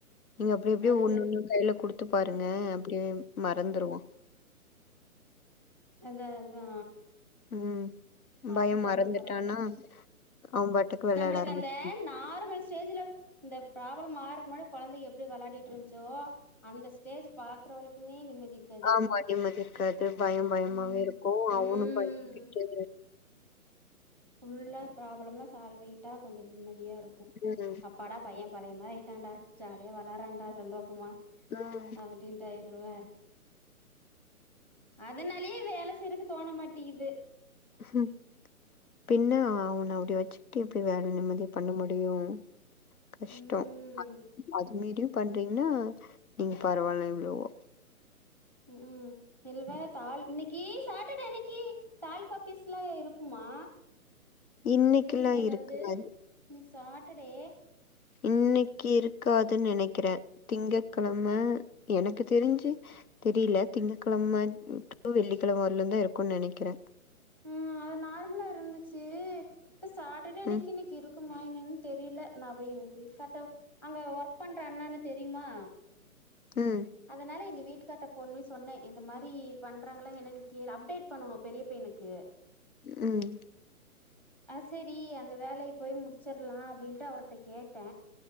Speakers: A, on the left; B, in the centre.
A: நீங்க அப்டி அப்டியே
B: அதுக்கு
A: ஒண்ணொண்ணு கைல குடுத் து பாருங்க அப்டியே மறந்துருவா
B: அத்தா அத்தா
A: ம்
B: மறந்ட்டான
A: பயம் மறந்துட்டான்னா
B: பரவால
A: அவன் பாட்டுக்கு வெளையாட
B: நம்ளுக்கு
A: ஆரம்பிச்சிருவான்
B: அந்த நார்மல் ஸ்டேஜ்ல இந்த ப்ராப்ளம் ஆரக்கு முன்னாடி கொழந்த எப்டி வெளாடிய்ருந்துச்சோ அந்த ஸ்டேஜ் பாக்குற வரைக்குமே நிம்மதி இருக்காது
A: ஆம நிம்மதிருக்காது பயம் பயமாவே
B: ம்
A: இருக்கு
B: ம்
A: அவனு பயந்துகிட்டு
B: புல்லா ப்ராப்ளம்லா சால்வ் ஆயிட்டா கொஞ்ச நிம்மதியா இருக்கு
A: ம்
B: அப் ப்படா பைய பழைய மாரி ஆயிட்டான்டா ஜாலியா வளாறாண்டா சந்தோஷமா
A: ம்
B: அப்டின்ட்டு ஆயிரும்ல அதனாலயே வேல செய்றக்கு தோணமாட்டிக்குது
A: ம் பின்ன அவன அப்டி வச்சுக்கிட்டு எப்டி வேல நிம்மதியா பண்ண முடியு கஷ்டோ
B: ம்
A: அது மீறியு பண்றீங்கன்னா நீங்க பரவால்ல எவ்வளவோ
B: ம் ம் இல்ல வேர் தால் இன்னிக்கி சாட்டர்டே இன்னிக்கி தாலுகா ஆபீஸ்லா இருக்குமா
A: இன்னைக்குல்லா
B: தெரியுமா ஏதாவது
A: இருக்காது
B: இன்னைக்கு சாட்டர்டே
A: இன்னக்கி இருக்காதுன் நெனக்கிறே திங்ககிழம எனக்கு தெரிஞ்சு தெரில திங்ககிழம டூ வெள்ளிக்கெழம வரலுதா இருக்கு நெனைக்கிறே
B: ம் அத நார்மலா இருந்துச்சு இத்து சாட்டர்டே அன்னக்கி
A: ம்
B: இன்னைக்கு இரு ருக்குமா என்னனு தெரில நா அப்ப எங்க வீட்கார்ட்ட அங்க ஒர்க் பண்ற அண்ணனு தெரியுமா
A: ம்
B: அதனால எங்க வீட்டுக்காற்ட போன் பண்ணி சொன்னே இந்த மாரி பண்றாங்கலா என்னன்னு கேளு அப்டேட் பண்ணனு பெரிய பையனுக்கு
A: ம்
B: ஆ சரி அந்த வேலய போய் முடிச்சர்லா அப்டின்ட்டு அவர்ட்ட கேட்ட